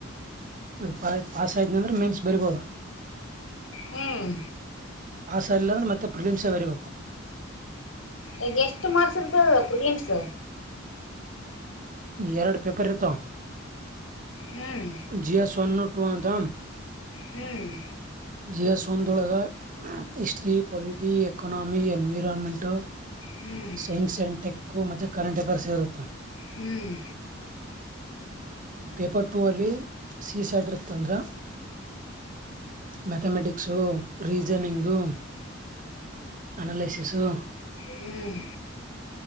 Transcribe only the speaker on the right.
ಅದು ಪ ಪಾಸ ಅದನಂದ್ರ ಮೆನ್ಸ್ ಬರಿಬೋದು.
ಪಾಸ್ ಆಲಿಲಂದ್ರ ಮತ್ತೆ ಪ್ರೀಲಿಮ್ಸ್ ಬರಿಬೇಕು.
ಎರಡು ಪೇಪರ್ ಇರ್ತವ.
ಜಿಎಸ್ ಓನ್ ಟು ಅಂತ.
ಜಿ ಎಸ್ ಒಂದೊಳಗ ಹಿಸ್ಟರಿ ಪೊಲಿಟಿ ಎಕನಾಮಿ ಎನ್ವಿರಾನ್ಮೆಂಟ್.
ಸೈನ್ಸ್ ಅಂಡ್ ಟೆಕ್ಕು ಮತ್ತೆ ಕರೆಂಟೆಬರ್ಶ್ ಇರತ್ತ.
ಪೇಪರ್ ಟೂ ಅಲ್ಲಿ ಸಿ ಸೈಡ್ ಇರ್ತ್ತಂದ್ರ. Mathematics reasoning. ಅನಾಲೈಸಿಸು.